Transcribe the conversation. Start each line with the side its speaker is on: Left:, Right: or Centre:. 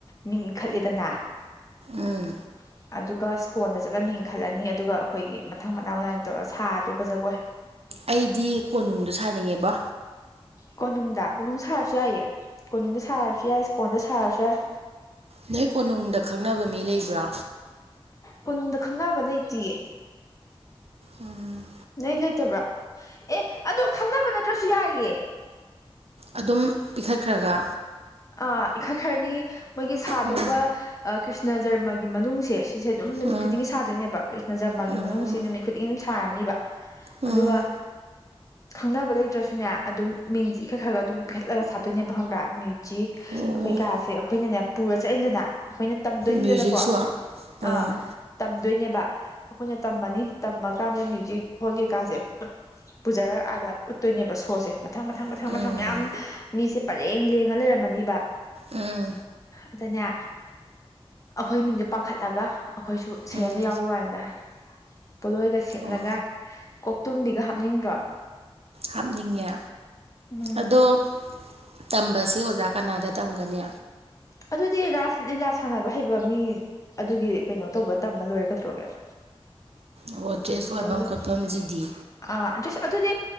Left: ꯃꯤꯡ ꯏꯟꯈꯠꯂꯦꯗꯅ
Right: ꯎꯝ
Left: <inaudible> ꯑꯗꯨꯒ ꯁ꯭ꯀꯣꯟꯜꯗ ꯆꯠꯂꯅꯤ ꯈꯜꯂꯅꯤ ꯑꯗꯨꯒ ꯑꯩꯈꯣꯏꯒꯤ ꯃꯊꯪ ꯃꯅꯥꯎ ꯅꯥꯏꯅ ꯇꯧꯔ ꯁꯥꯗꯦꯕ ꯖꯒꯣꯏ
Right: ꯑꯩꯗꯤ ꯀꯣꯅꯨꯡꯗꯣ ꯁꯥꯅꯤꯡꯉꯦꯕ
Left: ꯀꯣꯅꯨꯡꯗ ꯀꯣꯅꯨꯡ ꯁꯥꯔꯁꯨ ꯌꯥꯏꯌꯦ ꯀꯣꯅꯨꯡꯗ ꯁꯥꯔꯁꯨ ꯌꯥꯏ ꯁ꯭ꯀꯣꯟꯗ ꯁꯥꯔꯁꯨ ꯌꯥꯏ
Right: ꯅꯣꯏ ꯀꯣꯅꯨꯡꯗ ꯈꯪꯅꯕ ꯃꯤ ꯂꯩꯕ꯭ꯔꯥ
Left: ꯀꯣꯅꯨꯡꯗ ꯈꯪꯕ ꯂꯩꯇꯤꯌꯦ
Right: ꯎꯝ
Left: ꯅꯣꯏ ꯂꯩꯇꯕ꯭ꯔꯥ ꯑꯦ ꯑꯗꯣ ꯈꯪꯅꯕ ꯅꯠꯇ꯭ꯔꯥꯁꯨ ꯌꯥꯏꯌꯦ
Right: ꯑꯗꯨꯝ ꯄꯤꯈꯠꯈ꯭ꯔꯥꯒ
Left: ꯑꯥ ꯏꯈꯠ ꯈ꯭ꯔꯅꯤ ꯃꯣꯏꯒꯤ ꯁꯥꯗꯧꯕ
Right: ꯎꯝ
Left: ꯀ꯭ꯔꯤꯁꯅ ꯖꯔꯃꯒꯤ ꯃꯅꯨꯡꯁꯦ ꯁꯤꯁꯦ ꯑꯗꯨꯝ ꯅꯨꯃꯤꯠ
Right: ꯎꯝ
Left: ꯈꯨꯗꯤꯡꯒꯤ ꯁꯥꯗꯣꯏꯅꯦꯕ ꯀ꯭ꯔꯤꯁꯅ ꯖꯔꯃꯥꯒꯤ
Right: ꯎꯝ
Left: ꯃꯅꯨꯡꯁꯦ ꯅꯨꯃꯤꯠ ꯈꯨꯗꯤꯡ ꯁꯥꯔꯅꯤꯕ
Right: ꯎꯝ
Left: ꯑꯗꯨꯒ ꯈꯪꯅꯕ ꯂꯩꯇ꯭ꯔꯁꯨꯅꯦ ꯑꯗꯨꯝ ꯃꯤꯡꯁ ꯏꯈꯠ ꯈꯔ ꯒ ꯑꯗꯨꯝ ꯄꯤꯈꯠꯂꯒ ꯑꯗꯨꯝ ꯁꯥꯗꯣꯏꯅꯦꯕ ꯈꯪꯕ꯭ꯔꯥ ꯃꯤ ꯆꯤꯛ
Right: ꯑꯣ
Left: ꯑꯩꯈꯣꯏꯀꯥꯁꯦ ꯑꯩꯈꯣꯏꯅꯅꯦ ꯄꯨꯔ ꯆꯠꯂꯤꯗꯅ ꯑꯩꯈꯣꯏꯅ ꯇꯝꯗꯣꯏꯅꯤꯗꯅꯀꯣ
Right: ꯃ꯭ꯌꯨꯖꯤꯛꯁꯨ ꯑꯥ ꯎꯝ
Left: ꯑꯥ ꯇꯝꯗꯣꯏꯅꯦꯕ ꯑꯩꯈꯣꯏꯅ ꯇꯝꯃꯅꯤ ꯇꯝꯃꯀꯥꯟꯗ ꯃ꯭ꯌꯨꯖꯤꯛ ꯐꯣꯟ ꯀꯩꯀꯥꯁꯦ ꯄꯨꯖꯔꯛ ꯑꯥꯗ ꯎꯠꯇꯣꯏꯅꯦꯕ ꯁꯣꯁꯦ ꯃꯊꯪ ꯃꯊꯪ ꯃꯊꯪ
Right: ꯎꯝ
Left: ꯃꯊꯪ ꯃꯌꯥꯝ ꯃꯤꯁꯦ ꯄꯔꯦꯡ ꯂꯦꯡ ꯂꯩꯔꯝꯃꯅꯤꯕ
Right: ꯎꯝ
Left: ꯑꯗꯅꯦ ꯑꯥꯈꯣꯏ ꯃꯤꯡꯗꯣ ꯄꯥꯡꯈꯠꯂꯒ ꯑꯩꯈꯣꯏꯁꯨ ꯁꯦꯔꯦꯟꯗ
Right: ꯎꯝ
Left: ꯌꯥꯎꯕꯩ ꯋꯥꯅꯤꯗ ꯄꯣꯠꯂꯣꯏꯒ ꯁꯦꯠꯂꯒ
Right: ꯑꯣ
Left: ꯀꯣꯛꯇꯨꯝꯗꯤꯒ ꯍꯥꯞꯅꯤꯡꯗ꯭ꯔꯣ
Right: ꯍꯥꯞꯅꯤꯡꯉꯦ
Left: ꯎꯝ
Right: ꯑꯗꯣ ꯇꯝꯕꯁꯦ ꯑꯣꯖꯥ ꯀꯅꯥꯗ ꯇꯝꯒꯅꯤ
Left: ꯑꯗꯨꯗꯤ ꯔꯥꯁ ꯂꯤꯂꯥ ꯁꯥꯟꯅꯕ ꯍꯩꯕ ꯃꯤ ꯑꯗꯨꯒꯤ ꯀꯩꯅꯣ ꯇꯧꯕ ꯇꯝꯃ ꯂꯣꯏꯔꯦ ꯀꯩꯗꯧꯔꯒꯦ <unintelligible>
Right: ꯑꯣ ꯗ꯭ꯔꯦꯁ ꯋꯥꯏꯕꯝ
Left: ꯄꯣꯠꯂꯣꯏ
Right: ꯈꯣꯠꯐꯝ ꯖꯤꯗꯤ
Left: ꯑꯥ <unintelligible> ꯑꯗꯨꯗꯤ